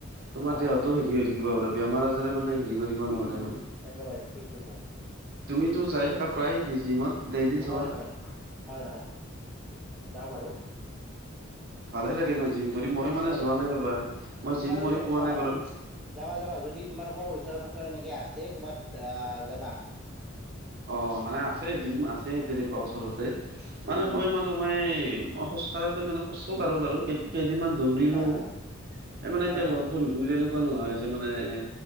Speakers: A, on the right (about 50°); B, in the centre.
A: তোমাৰ
B: অঁ
A: দেহতো হেৰি হৈ থাকিব বাৰু বেমাৰ আজাৰে মানে হেৰি কৰিব
B: উম
A: নোৱাৰে
B: উম উম
A: মানে
B: একেবাৰে ঠিক কৈছা
A: তুমিতো যাই থাকা প্ৰায় জিমত ডেইলি যোৱা
B: হয় হয় হয় হয় যাওঁ বাৰু
A: ভালেই লাগে এনে জিম কৰি মই
B: নিশ্চয়
A: মানে যোৱা নাই ৰবা মই
B: তোমাৰো
A: জিম কৰি পোৱা
B: অ
A: নাই বাৰু
B: যাবা যাবা যদি তোমালোকৰ ওচৰে পাঁচৰে এনেকে আছে কৰ'ৰবাত আহ যাবা
A: অ', মানে আছে জিম আছে তেনেকুৱা ওচৰতে মানে
B: উম
A: মই মানে মই মই খোজ কাঢ়াটো মানে খোজো কাঢ়ো বাৰু কেই কেইদিনমান দৌৰিলো
B: হয় হয়
A: এই মানে
B: হয়
A: এতিয়া
B: হয়
A: লগ বন্ধু তেনেকুৱা নোহোৱা হৈছে মানে এ